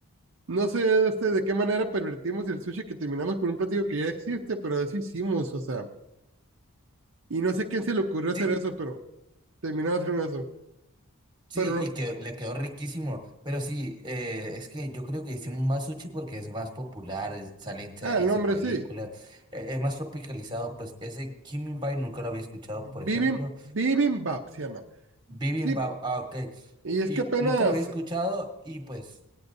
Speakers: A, on the right; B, on the right.
A: no sé este, de qué manera pervertimos el sushi que terminamos con un platillo que ya existe, pero eso hicimos, o sea. Y no sé quién se le ocurrió hacer
B: Sí,
A: eso, pero terminamos haciendo eso.
B: sí,
A: Pero, no-
B: y que le quedó riquísimo. Pero sí, eh, es que yo creo que hicimos más sushi porque es más popular, es- sale en series,
A: ah, el nombre
B: en películas,
A: sí.
B: eh, es más tropicalizado. Pues ese Kimbap nunca lo había escuchado, por ejemplo.
A: Bibim, Bibimbap se llama.
B: Bibimbap,
A: Sí,
B: ah, ok.
A: y es
B: Y
A: que apenas
B: nunca lo había escuchado y pues